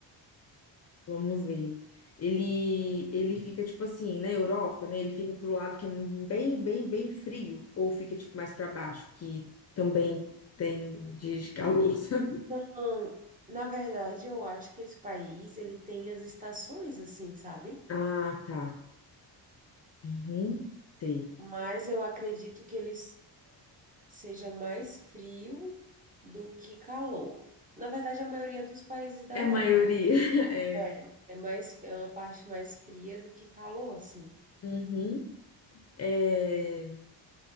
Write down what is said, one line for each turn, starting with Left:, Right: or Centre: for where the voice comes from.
Left: vamos ver. Ele, ele fica tipo assim, na Europa, né? Ele fica pro lado que é bem, bem, bem frio, ou fica tipo mais para baixo, que também tem dias de calor, <laughs> sabe?
Right: Então, na verdade, eu acho que esse país, ele tem as estações, assim, sabe?
Left: Ah, tá. Uhum, sei.
Right: Mas eu acredito que ele seja mais frio do que calor. Na verdade, a maioria dos países da
Left: É
Right: Europa.
Left: a maioria. <laughs> É.
Right: né? É, é mais, é uma parte mais fria do que calor, assim.
Left: Uhum. É,